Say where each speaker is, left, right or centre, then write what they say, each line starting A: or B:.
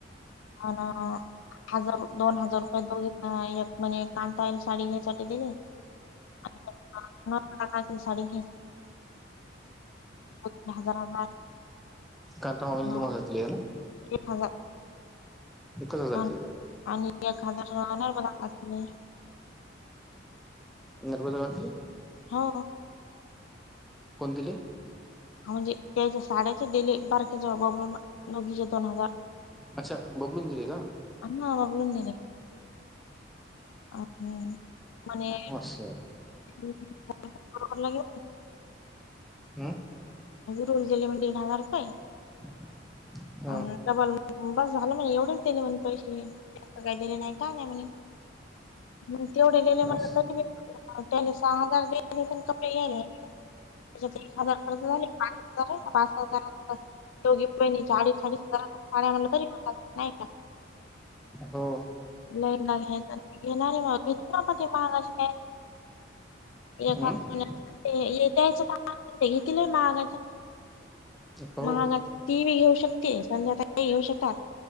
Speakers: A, on the left; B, in the centre.
A: ना हाजार दोन हाजार रुपये दोघे <unintelligible> म्हणे कांताआईला साडी घ्यायसाठी दिले. <unintelligible> साडी दोन हजार दोघी
B: काता मामीला
A: हजार हजार
B: <unintelligible> घ्यायला.
A: एक हजार
B: एकच हजार
A: अन
B: दिले का?
A: आणि एक हजार राहणार बला नाही
B: निर्बद काखली.
A: हो
B: कोण दिले?
A: म्हणजे त्याच्या साड्याचे डेले बारकेच्या घबरून लगीचे दोन हजार
B: अच्छा बबलून दिले का
A: अमा वागळून देले. अ म्हणे
B: असं
A: बर लाग
B: हम्म
A: रल दिले म्ह मी दड हजार रुपये.
B: <inaudible>
A: <unintelligible>
B: हम्म
A: बस झालं म्हणे एवढेच दिणे म्हणे पैसे जास्त काय दिले नाही का नाही म्हणे मग तेवढे गेले म्हनल
B: असं
A: तरी बी त्याने सहा हजार दिले पण कपडे घ्यायला त्याच्यात एक हजार खर्च झाले. पाच हजार आहे पाच हजारात दोघी बहिनीच्या आडी सा सातार पाण्या आमला तरी हो नाही का?
B: हो
A: हंगा घ्यायचा घेणारे बा घेत प ते महागाचीय. ए
B: हम्म
A: खास य त्यायच का घय महागाच्या
B: हो
A: महागाची ती बी घेऊ शकते ते संध्याकाळी घेऊ शकतात